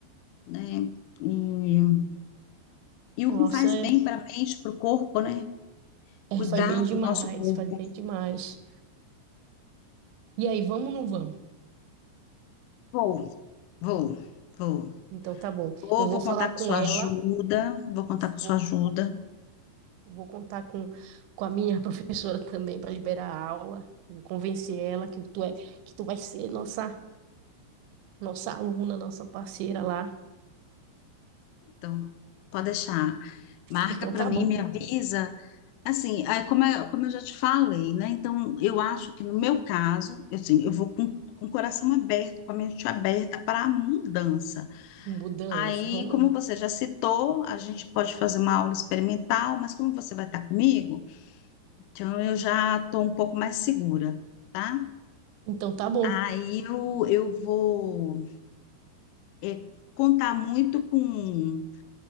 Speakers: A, on the left; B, on the right.
A: né, e, e o
B: Nossa,
A: que faz
B: é,
A: bem para a mente, para o corpo, né,
B: é,
A: cuidar
B: faz bem demais,
A: do nosso corpo.
B: faz bem demais. E aí, vamos ou não vamos?
A: Vou, vou, vou.
B: Então, tá bom.
A: Ou
B: Eu vou
A: vou
B: falar
A: contar
B: com
A: com sua
B: ela,
A: ajuda, vou contar com
B: vou,
A: sua ajuda.
B: vou contar com, com a minha <laughs> professora também para liberar a aula, vou convencer ela que tu é, que tu vai ser nossa, nossa aluna, nossa parceira lá.
A: Então, pode deixar. Marca
B: Então,
A: para
B: tá
A: mim,
B: bom.
A: me avisa Assim, é, como, é- como eu já te falei, né? Então, eu acho que no meu caso, eu, assim, eu vou com, com o coração aberto, com a mente aberta para a mudança.
B: Mudança,
A: Aí,
B: vamos
A: como
B: lá.
A: você já citou, a gente pode fazer uma aula experimental, mas como você vai estar comigo, então eu já estou um pouco mais segura, tá?
B: Então, tá bom.
A: Aí eu, eu vou é, contar muito com